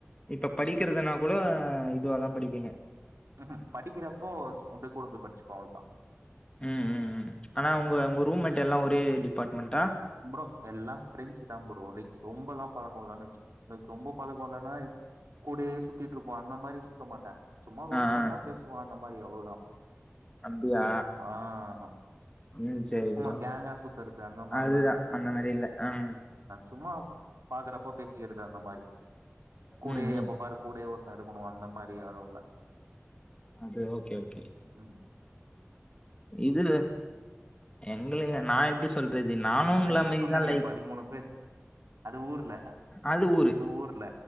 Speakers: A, on the left (about 20°); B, on the right (about 85°).
A: இப்ப படிக்கறதுனா கூட இதுவாதா படிப்பீங்க
B: உம்ஹும் படிக்கிறப்போ கூட போய் படிச்சுப்போம் அவள தான்
A: ம் ம் ம் ஆனா உங்க உங்க ரூம் மேட் எல்லாம் ஒரே டிபார்ட்மெண்ட்டா
B: ப்ரோ எல்லாம் ப்ரெண்ட்ஸ் தான் ப்ரோ ரொம்பெல்லாம் பழக்கொம்ல்லனு வச் ரொம்ப பழக்கம் இல்லனா கூடயே சுத்திட்டு இருப்போம் அந்த மாதிரி சுத்த மாட்டேன் சும்மா ரூமுக்கு
A: ஆ ஆ
B: வந்தா பேசுவோம் பிரண்ட் அ மாறி அவ்ளவுதான்
A: அப்டியா
B: ஆஹ்
A: ம் சேரி
B: சும்மா
A: ப்ரோ
B: கேங்கா சுத்துறக்கு அந்த மாதிரிலாம்
A: அதுதா அந்த மாதிரி இல்ல ஆஹ்
B: சும்மா பாக்குறப்ப பேசிக்கிறது அந்த மாதிரி கூடயே
A: ம் ம்
B: அப்ப பாரு கூடயே ஒரு தடுக்கணும் அந்த மாதிரி யாரும் இல்ல
A: அது ஓகே ஓகே
B: உஹம்
A: இதுல எங்ளைய நான் எப்படி சொல்றது நானும்
B: அதான்
A: உங்கள
B: இப்பயே
A: மாரித்தான்
B: சொன்னீங்களே பதிமூணு பேர் அது ஊர்ல
A: அது ஊரு
B: ஊர்ல